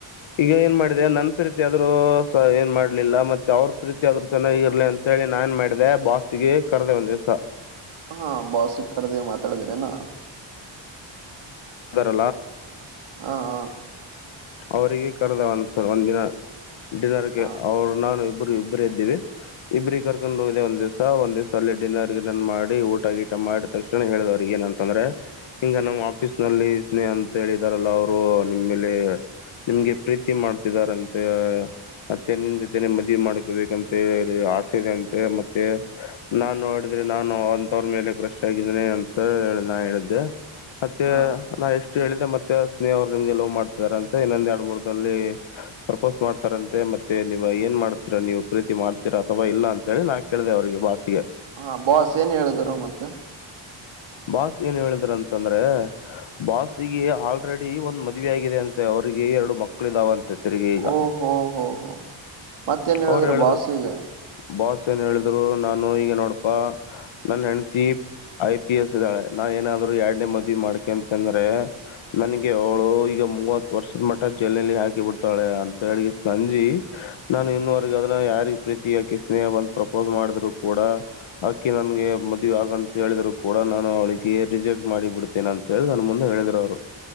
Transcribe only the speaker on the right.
ಹಾ ಬಹತ್ ಸಿಖರದೆ ಮಾತಡ್ದನೆನಾ
ಹಾ ಹಾ
ಹ
ಹ
ಹಾ ಬಾಸ್ ಏನ್ ಹೇಳಿದರು ಮತ್ತೆ
ಓ ಹೋ ಹೋ ಹೋ ಮತ್ತೇನ್ ಹೇಳಿದ್ರ
ಬಾಸ ಈಗ